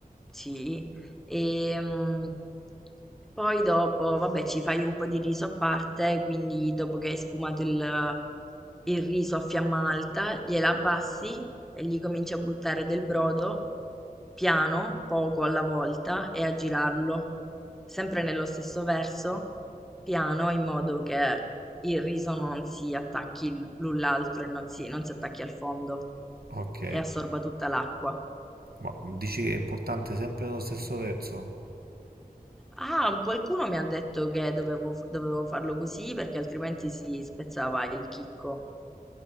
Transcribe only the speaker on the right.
Ok.
Ma dici è importante sempre nello stesso verso?